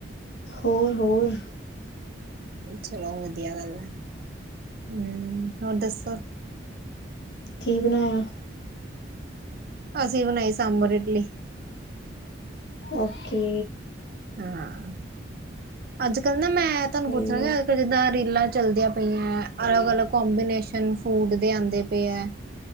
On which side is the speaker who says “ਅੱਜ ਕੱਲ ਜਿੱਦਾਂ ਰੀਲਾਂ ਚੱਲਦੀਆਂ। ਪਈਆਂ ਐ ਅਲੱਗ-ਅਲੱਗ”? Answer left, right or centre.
Right